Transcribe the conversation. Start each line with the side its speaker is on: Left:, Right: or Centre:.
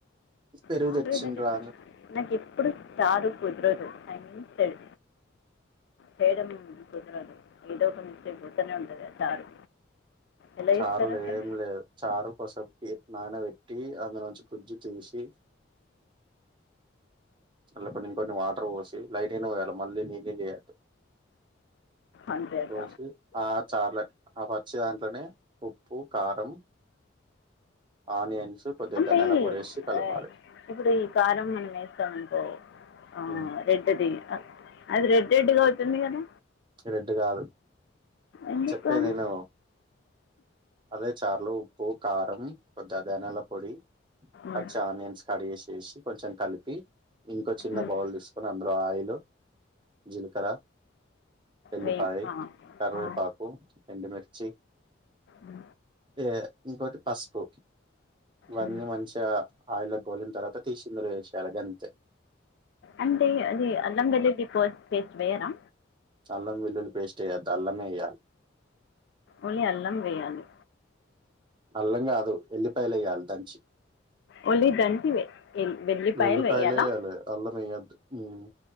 Right: పెరుగు
Left: చారు
Right: తెచ్చిర్రలు
Left: ఎలా చేస్తారు నాకు ఎప్పుడు చారు కుదరదు ఐ మీన్ ఏల్ మేడం కుదురదు ఏదో ఒక పోతనే ఉంటది ఆ చారు ఎలా
Right: చారు
Left: చేస్తారు
Right: లో
Left: అసలు
Right: ఎం లేదు చారు కోసేప్ నానబెట్టి అందులో నుంచి గుజ్జు తీసి అళ్ల ఇంకొన్ని వాటర్ పోసి లైట్ గనే పోయాలే మళ్ళీ నీళ్లు నీళ్లు చేయ్యద్దు
Left: అంతేట
Right: పోసి ఆ చార్ల ఆ పచ్చి దంట్లనే ఉప్పుూ కారం ఆనియన్స్ కొద్దిగ
Left: అంటే
Right: ధనియల పొడి ఏసి కలపాలి
Left: ఆ, ఇప్పుడు ఈ కారం మనం వేస్తామనుకో ఆ
Right: ఉమ్,
Left: రెడ్ ది ఆ రెడ్ రెడ్గా అవుతుంది కదా
Right: రెడ్ కాదు
Left: ఎందుకు
Right: చెప్పేది
Left: కాదు
Right: విను అదే చార్లో ఉప్పు కారం కొద్దిగా ధనాల పొడి పచ్చ
Left: ఉమ్,
Right: ఆనియన్స్ కడిగేసేసి కొంచెం కలిపి ఇంకో చిన్న
Left: ఉమ్,
Right: బౌల్ తీస్ కొని అందులో ఆయిల్ జీలకర ఏల్లిపాయి
Left: వేయం. ఆ,
Right: కరవేపాకు
Left: ఆ,
Right: ఎండుమిిర్చి
Left: ఉ
Right: ఏ ఇంకోటి పసుపు ఇవన్నీ
Left: ఉమ్.
Right: మంచిగా ఆయిలో గోలిన తర్వాత తీసి ఇందులో వేసేయాలి అంతే
Left: అంటే అది అల్లం వెల్లి ప్ పేస్ట్ వేయరా
Right: అల్లం వెల్లులి పేస్ట్ వేయద్దు అల్లమే వేయాలి
Left: ఓన్లీ అల్లం వెయాలి
Right: అల్లం కాదు ఎల్లి పయలేయాలి దంచి
Left: ఓన్లీ దంచి ఏ ఎల్ వేల్లిపాయల్
Right: వెల్లిపాయలు
Left: వేయాలా
Right: వేయాలి అల్లం వేయద్దు ఉమ్